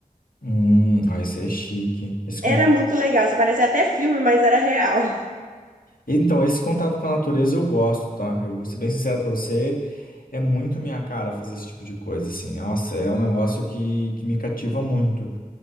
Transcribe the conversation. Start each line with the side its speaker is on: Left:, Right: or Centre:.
Left: Hum, ah, esse é chique. Esse con-
Right: Era muito legal, assim, parecia até filme, mas era real. <laughs>
Left: Então, esse contato com a natureza eu gosto, tá? Eu vou ser bem sincero pra você, é muito minha cara fazer esse tipo de coisa, assim. Nossa, é um negócio que, que me cativa muito.